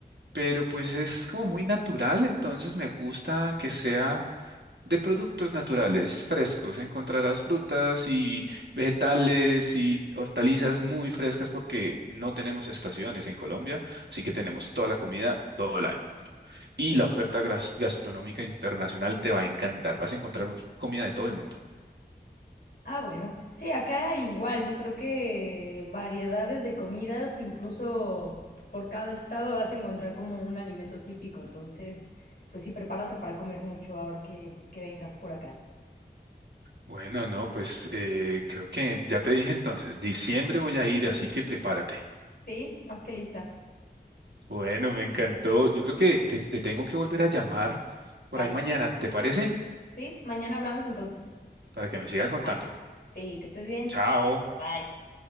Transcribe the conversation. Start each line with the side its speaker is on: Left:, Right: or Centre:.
Right: pero pues es como muy natural, entonces me gusta que sea de productos naturales frescos. Encontrarás frutas y vegetales y hortalizas muy frescas porque no tenemos estaciones en Colombia, así que tenemos toda la comida todo el año. Y la oferta gras- gastronómica internacional te va a encantar. Vas a encontrar mu- comida de todo el mundo.
Left: Ah, bueno. Sí, acá igual, yo creo que variedades de comidas, incluso por cada estado vas a encontrar como un alimento típico, entonces, pues sí, prepárate para comer mucho ahora que, que vengas por acá.
Right: Bueno, no, pues eh, creo que ya te dije entonces, diciembre voy a ir, así que prepárate.
Left: Sí, más que lista.
Right: Bueno, me encantó. Yo creo que te, te tengo que volver a llamar por
Left: Vale,
Right: ahí mañana, ¿te parece?
Left: Sí, mañana hablamos entonces.
Right: Para que me sigas contando.
Left: bye. Sí, que estés bien.
Right: Chao.
Left: Bye.